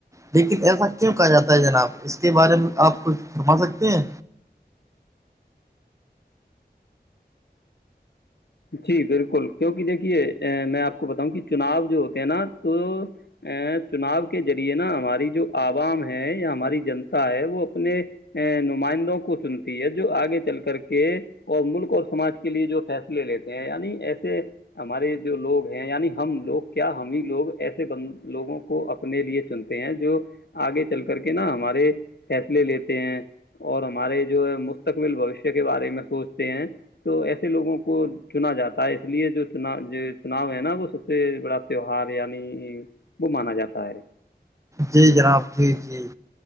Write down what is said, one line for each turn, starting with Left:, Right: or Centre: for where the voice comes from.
Right: لیکن ایسا کیوں کہا جاتا ہے جناب اس کے بارے میں آپ کچھ فرما سکتے ہیں
Left: جی بالکل کیونکہ دیکھیے میں آپ کو بتاؤں کہ چناؤ جو ہوتے ہیں نا تو چناؤ کے ذریعے نا ہماری جو عوام ہے یا ہماری جنتا ہے وہ اپنے نمائندوں کو چنتی ہے جو آگے چل کر کے اور ملک اور سماج کے لیے جو فیصلہ لے لیتے ہیں یعنی ایسے ہمارے جو لوگ ہیں یعنی ہم لوگ کیا ہم ہی لوگ ایسے بند لوگوں کو کو اپنے لیے چنتے ہیں جو آگے چل کر کے نا ہمارے فیصلے لیتے ہیں اور ہمارے جو مستقبل بھویشیا کے بارے میں سوچتے ہیں تو ایسے لوگوں کو کو چنا جاتا ہے اس لیے جو چنا جو چناؤ ہے نا وہ سب سے بڑا تیوہار یعنی وہ مانا جاتا ہے
Right: جی جناب جی جی